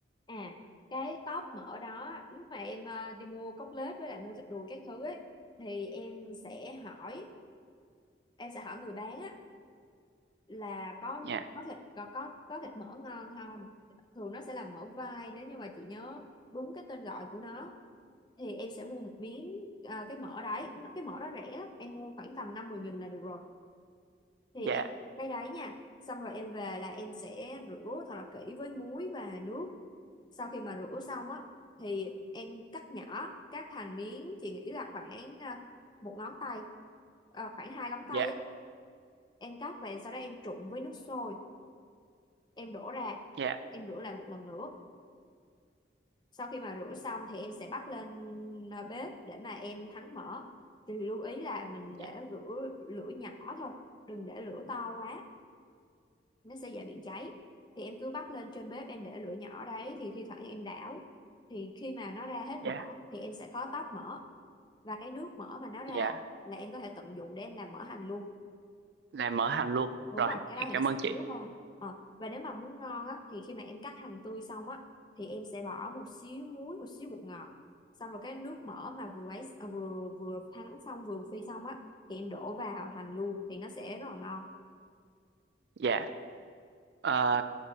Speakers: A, on the left; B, on the right.
A: à cái tóp mỡ đó lúc mà em ờ, đi mua cốt lết với lại mua thịt đùi các thứ ấy thì em sẽ hỏi em sẽ hỏi người bán á là có
B: dạ
A: có thịt có có có thịt mỡ ngon không thường nó sẽ là mỡ vai nếu như mà chị nhớ đúng cái tên gọi của nó thì em sẽ mua một miếng à, cái mỡ đấy Nó- cái mỡ đó rẻ lắm. em mua khoảng tầm năm mười nghìn là được rồi thì
B: dạ
A: em cái đấy nha xong rồi em về là em sẽ rửa thật là kỹ với muối và nước sau khi mà rửa xong á thì em cắt nhỏ cắt thành miếng chị nghĩ là khoảng à, một ngón tay à, khoảng hai móng
B: dạ
A: tay á em cắt về sau đó em trụng với nước sôi em đổ ra
B: dạ
A: em rửa lại một lần nữa sau khi mà rửa xong thì em sẽ bắt lên à, bếp để mà em thắng mỡ thì lưu ý là mình
B: dạ
A: để lửa lửa nhỏ thôi đừng để lửa to quá nó sẽ dễ bị cháy thì em cứ bắt lên trên bếp em để lửa nhỏ đấy thì thi thoảng em đảo thì khi mà nó ra hết
B: dạ
A: mỡ thì em sẽ khó tóp mỡ và cái nước mỡ mà nó ra
B: dạ
A: là em có thể tận dụng để em làm mỡ hành luôn
B: làm mỡ hành luôn
A: đúng
B: rồi
A: rồi cái
B: em
A: đó thì
B: cảm
A: nó sẽ
B: ơn chị
A: yếu hơn Ờ, và nếu mà muốn ngon á thì khi mà em cắt hành tươi xong á thì em sẽ bỏ một xíu muối một xíu bột ngọt xong rồi cái nước mỡ mà vừa ấy à, vừa vừa thắng xong vừa phi xong á thì em đổ vào hành luôn thì nó sẽ rất là ngon
B: Dạ, ờ,